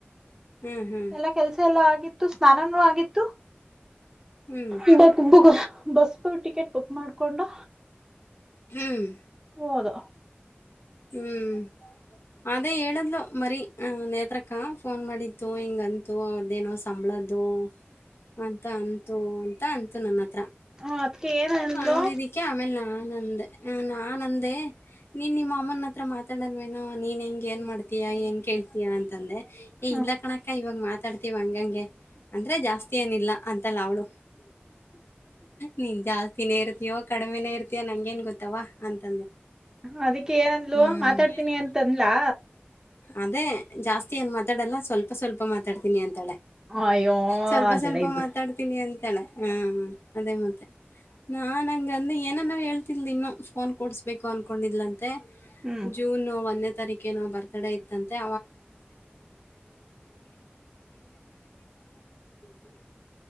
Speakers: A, on the left; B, on the right.
A: ಹ್ಞೂ ಹ್ಞೂ
B: ಎಲ್ಲ ಕೆಲ್ಸ ಎಲ್ಲ ಆ ಆತ್ತು ಸ್ನಾನೂ ಆಗಿತ್ತು
A: ಹ್ಞೂ
B: ಈಗ ಬಸ್ ಟಿಕೆಟ್ ಬುಕ್ ಮಾಡ್ಕೊಂಡು
A: ಹ್ಮ್
B: ಹೋದು
A: ಹ್ಮ್ ಅದೇ ಹೇಳಿದ್ಲು ಮರಿ ಹ ನೇತ್ರಕ್ಕ ಫೋನ್ ಮಾಡಿತ್ತು ಹಿಂಗ ಅಂತು ಅವ್ರ್ದೇನೋ ಸಂಬಳದ್ದು ಅಂತ ಅಂತು ಅಂತ ಅಂತು ನನ್ನತ್ರ
B: ಹ ಅದ್ಕ ಏನ್ ಅಂದ್ಲು
A: ಅಂದಿದಕ್ಕೆ ಆಮೇಲೆ ನಾನ್ಂದ ನಾನ್ ಅಂದೆ ನೀನ್ ನಿಮ್ಮ ಅಮ್ಮನ ಹತ್ರ ಮಾತಾಡನ್ವೇನೋ ನೀನ್ ಹೆಂಗ ಏನ್ ಮಾಡ್ತೀಯಾ ಏನ್ ಕೇಳ್ತೀಯಾ ಅಂತಂದೆ ಏ
B: ಹ್ಮ್
A: ಇಲ್ಲ ಕಣಕ್ಕ ಇವಾಗ ಮಾತ್ರ ಮಾತಾಡ್ತೀವಿ ಅಂಗೆಂಗೆ ಅಂದ್ರೆ ಜಾಸ್ತಿ ಏನಿಲ್ಲ ಅಂತಲ್ಲ ಅವಳು ನೀನ್ ಜಾಸ್ತಿನೇ ಇರ್ತಯೋ ಕಡಿಮೆೇ ಇರ್ತಯಾಂಗ ನ್ ಗೊ ವಾ ಅಂತ-
B: ಅದಿಕ್ಕೆ ಏನಂದ್ಲು
A: ಹ್ಮ್.
B: ಮಾತಾಡ್ತೀನಿ ಅಂತನ್ಲಾ
A: ಅದೇ ಜಾಸ್ತಿ ಏನ್ ಮಾತಾಡಲ್ಲ ಸ್ವಲ್ಪ - ಸ್ವಲ್ಪ ಮಾತಾಡ್ತೀನಿ ಅಂತ
B: ಅಯ್ಯೋ
A: ಸ್ವಲ್ಪ-
B: ಅದೆಲ್ಲ
A: ಸ್ವಲ್ಪ
B: ಇದ್ದು
A: ಮಾತಾಡ್ತೀನಿ ಅಂತ ತಾಳೆ ಹ್ಮ- ಅದೇ ಮತ್ತೆ ನಾನ್ಂಗಂದ ಏನಾನೋ ಹೇಳ್ತಿಲ್ದಿ ಇನ್ನು ಫೋನ್ ಕೊಡಡ್ಸ್ಬೇಕು ಅನ್ಕೊಂಡಿಲ್ಲ ಅ
B: ಹ್ಮ್
A: ಜೂನ್ ಒಂದ ತರಿಕೆನ ಬರ್ತಡ ಇತ್ತಂತೆ